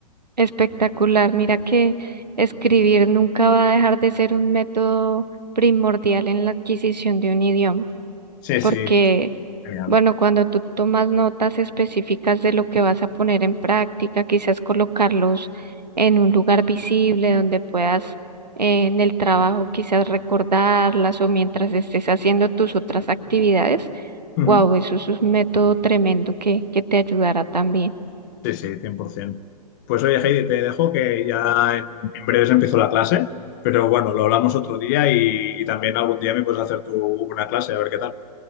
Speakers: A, on the right; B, on the left.
A: Espectacular. Mira que escribir nunca va a dejar de ser un método primordial en la adquisición de un idioma.
B: Sí,
A: porque,
B: sí, es genial.
A: bueno, cuando tú tomas notas específicas de lo que vas a poner en práctica, quizás colocarlos en un lugar visible donde puedas eh, en el trabajo
B: Sí.
A: quizás recordarlas o mientras estés haciendo tus otras actividades,
B: Ujú.
A: wow, eso es un método tremendo que, que te ayudará también.
B: Sí, sí, 100%. Pues oye, Heidi, te dejo que ya en, en breves empiezo la clase, pero bueno, lo hablamos otro día y, y también algún día me puedes hacer tú una clase, a ver qué tal.